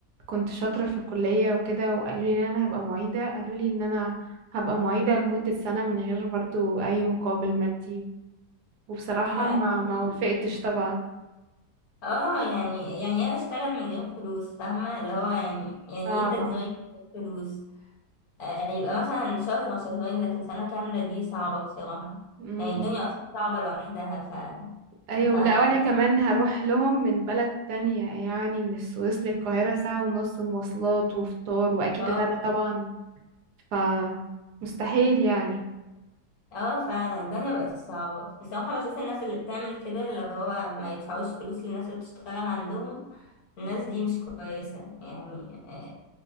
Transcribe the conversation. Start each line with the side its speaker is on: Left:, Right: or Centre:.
Right: كنت شاطره في الكليه وكده وقالوا لي ان انا هبقى معيده قالوا لي ان انا هبقى معيده لمده سنه من غير برضو اي مقابل مادي وبصراحه
Left: لا
Right: ما
Left: الموضوع
Right: ما وافقتش
Left: بصراحة-
Right: طبعا
Left: اه يعني يعني ايه اشتغل من غير فلوس فاهمه اللي هو يعني يعني
Right: صعبه
Left: ايه تدريب من غير فلوس آه، يبقى مثلا شهر أو شهرين لكن سنة كاملة دي صعبة بصراحة
Right: مم.
Left: يعني الدنيا أصلا صعبة لوحدها ف
Right: ايوه
Left: ف
Right: لا وانا كمان هروح لهم من بلد تانية يعني من السويس للقاهرة ساعة ونص مواصلات وفطار واكيد
Left: اه
Right: غدا طبعا ف مستحيل يعني
Left: اه فعلا الدنيا بقت صعبة بصراحة بشوف الناس اللي بتعمل كده اللي هو ما يدفعوش فلوس للناس اللي بتشتغل عندهم الناس دي مش كويسة يعني آه،